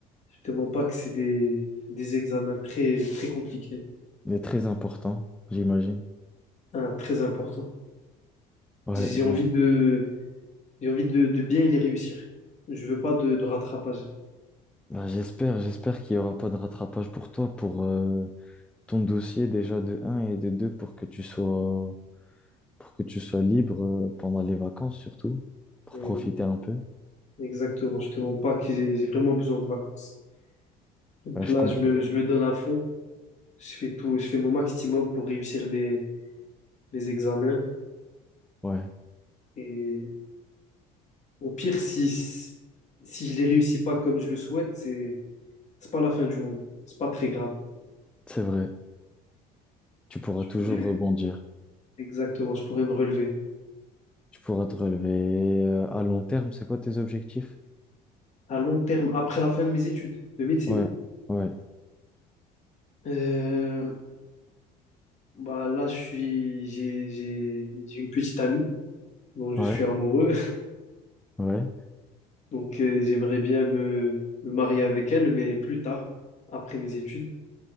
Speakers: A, on the left; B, in the centre.
A: je te mens pas que c'est des, des examens très, très compliqués,
B: Mais très important, j'imagine.
A: hein, très importants.
B: Ouais,
A: J'ai j'ai
B: bah,
A: envie de, j'ai envie de, de bien les réussir. Je veux pas de, de rattrapage.
B: bah j'espère, j'espère qu'il n'y aura pas de rattrapage pour toi, pour euh, ton dossier déjà de un et de 2 pour que tu sois, pour que tu sois libre euh, pendant les vacances surtout, pour
A: Euh,
B: profiter un peu.
A: Exactement, je te mens pas que j'ai j'ai vraiment besoin de vacances. Donc
B: Ouais, je
A: là,
B: comprends.
A: je me, je me donne à fond, je fais tout, je fais mon maximum pour réussir les, mes examens.
B: Ouais,
A: Et au pire, si, si je les réussis pas comme je le souhaite, c'est, c'est pas la fin du monde. C'est pas très grave.
B: c'est vrai. Tu pourras
A: Je
B: toujours
A: pourrais,
B: rebondir.
A: exactement, je pourrais me relever.
B: Tu pourras te relever euh, à long terme, c'est quoi tes objectifs?
A: À long terme, après la fin de mes études de médecine,
B: Ouais, ouais,
A: euh, bah là, je suis, j'ai, j'ai, j'ai une petite amie dont je
B: ouais,
A: suis amoureux.
B: ouais.
A: <laughs> Donc, euh, j'aimerais bien me, me marier avec elle, mais plus tard, après mes études.